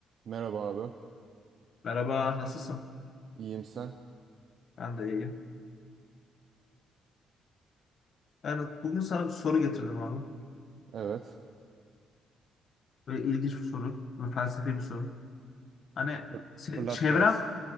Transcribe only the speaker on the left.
Merhaba, nasılsın?
Ben de iyiyim. Yani bugün sana bir soru getirdim abi.
Böyle ilginç bir soru, böyle felsefi bir soru. Hani
se-
çevren,